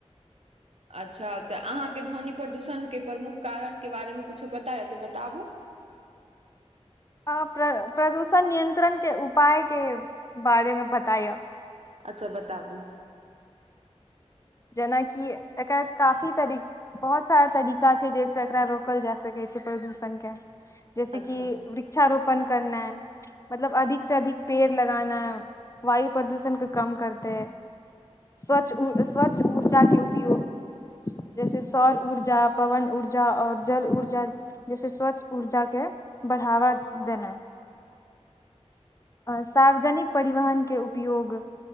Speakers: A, on the right; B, on the left.
A: अच्छा तऽ अहाँके ध्वनि प्रदूषणके प्रमुख कारणके बारेमे कुछो पता य त बताबू
B: ह प्र प्रदूषण नियंत्रण के उपाय के बारे मे पताय
A: अच्छा बताबू
B: जेनाकि एकर काफी तरी बहुत सारा तरीका छै जैसे एकरा रोकल जा सकैत छै प्रदूषणके जैसे की
A: अच्छा
B: वृक्षारोपण करना मतलब अधिक से अधिक पेड़ लगाना वायु प्रदूषण के कम करते स्वच्छ स्वच्छ ऊर्जा के उपयोग जैसे सौर ऊर्जा पवन ऊर्जा और जल ऊर्जा जैसे स्वच्छ ऊर्जा के बढ़ावा देना आ सार्वजनिक परिवाहनके उपयोग